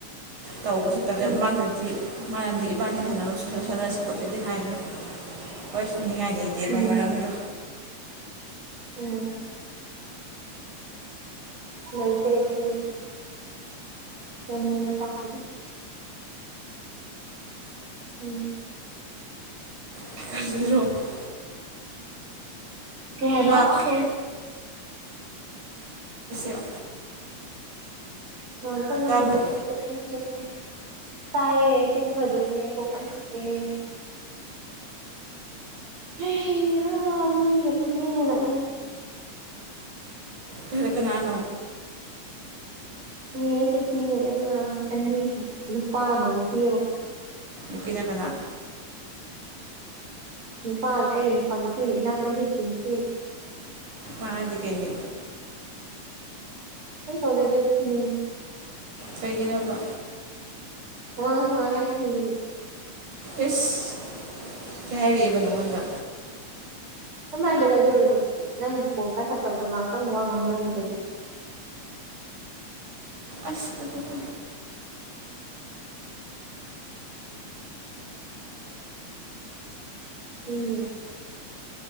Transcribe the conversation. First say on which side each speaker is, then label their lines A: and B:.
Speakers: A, on the right; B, on the right.
A: ꯇꯧꯕꯁꯤ ꯇꯂꯦ
B: ꯎꯝ
A: ꯃꯥꯅꯗꯤ ꯃꯥꯅꯗꯤ ꯏꯕꯥꯅꯤ ꯁꯥꯟꯅꯔ ꯁ ꯁꯥꯟꯅꯔꯁꯨ ꯈꯣꯠꯆꯗꯦ ꯍꯥꯏꯅ ꯍꯣꯏ ꯁꯨꯅꯤꯡꯉꯥꯏ ꯂꯩ ꯇꯦꯕ
B: ꯎꯝ
A: ꯃꯔꯝꯗꯣ
B: ꯎꯝ ꯂꯩꯇꯦ ꯑꯗꯨꯒꯤ <unintelligible> ꯎꯝ
A: <unintelligible>
B: ꯀꯩ ꯍꯥꯏꯕ
A: ꯂꯥꯛꯈ꯭ꯔꯣ <unintelligible>
B: <unintelligible>
A: ꯇꯥꯕ꯭ꯔꯣ
B: ꯇꯥꯢꯌꯦ ꯇꯨꯝꯈꯔꯗꯣꯢꯅꯦ ꯀꯣꯛ ꯌꯥꯝ ꯆꯤꯛ ꯑꯦ ꯍꯩ ꯍꯥ ꯃꯤ ꯌꯤꯝ ꯁꯤꯟꯅꯤꯡꯕꯅ ꯑꯩ ꯉꯁꯤꯗꯤ
A: ꯀꯔ ꯀꯅꯥꯅꯣ
B: ꯃꯤ ꯉꯁꯤ <unintelligible> ꯃꯌꯥꯝ ꯑꯅꯤ ꯁꯨꯢ ꯅꯨꯄꯥ ꯑꯃꯒ ꯅꯨꯄꯤ ꯑꯃꯒ
A: ꯅꯨꯄꯤꯅ ꯀꯅꯥ
B: ꯅꯨꯄꯥ ꯑꯩ ꯅꯨꯄꯥ ꯅꯨꯄꯤꯅꯤ ꯏꯅꯥꯛꯇ ꯍꯤꯞꯄꯤ ꯅꯨꯄꯤ
A: ꯃꯥꯗꯤ ꯀꯩꯒꯤ
B: <unintelligible>
A: ꯀꯩꯒꯤꯅꯣꯕ?
B: ꯑꯣ ꯑꯉꯥꯡ ꯁꯉꯥꯡ ꯌꯥꯝ ꯊꯤꯕꯒꯤ꯫
A: ꯑꯦꯁ ꯀꯩ ꯍꯥꯏꯔꯛꯏꯕ ꯅꯉꯣꯟꯗ?
B: ꯀꯃꯥꯏꯅꯒꯣ ꯑꯗꯨ ꯑꯣꯏꯔꯁꯨ ꯅꯪꯒꯤ ꯀꯣꯜ ꯄꯥꯏꯈꯠꯇꯕꯗꯣ ꯉꯥꯏꯍꯥꯛꯇꯪ ꯋꯥ ꯉꯥꯡ ꯅꯔꯨꯕꯩꯅꯤ
A: ꯑꯁ ꯑꯗꯨꯕꯨ
B: ꯎꯝ